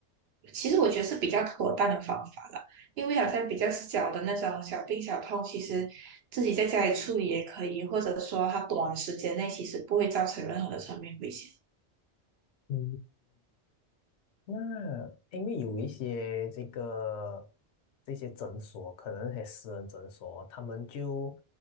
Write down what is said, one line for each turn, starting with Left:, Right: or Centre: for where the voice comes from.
Right: 其实我觉得是比较妥当的方法了，因为好像比较小的那种小病小痛，其实自己在家里处理也可以，或者说它短时间内其实不会造成任何的生命危险。
Left: 嗯，那因为有一些这个这些诊所，可能那些私人诊所，他们就